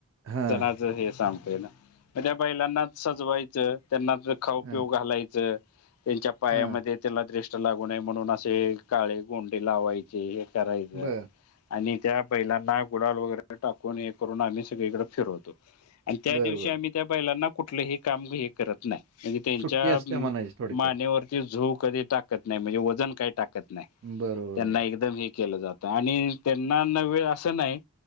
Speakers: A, on the right; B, on the left.
A: हां,
B: सणाच हे सांगतोय ना? मग त्या बैलांनाच सजवायचं, त्यांना जे खाऊ
A: हां,
B: पिऊ घालायचं, त्यांच्या पायामध्ये
A: हां.
B: त्याला दृष्ट लागू नये म्हणून असे काळे गोंडे लावायचे हे करायचं
A: बरं,
B: आणि त्या बैलांना गुलाल वगैरे टाकून, हे करून आम्ही सगळीकडे फिरवतो. आणि त्या
A: बरं,
B: दिवशी
A: बरं.
B: आम्ही त्या बैलांना कुठलंही काम हे करत नाही, म्हणजे त्यांच्या
A: सुट्टी असते
B: मं
A: म्हणायची थोडक्यात.
B: मानेवरती झू कधी टाकत नाही, म्हणजे वजन काय टाकत नाही.
A: बरं, बरं,
B: त्यांना
A: बरं.
B: एकदम हे केलं जातं आणि त्यांना ना वेळ असं नाही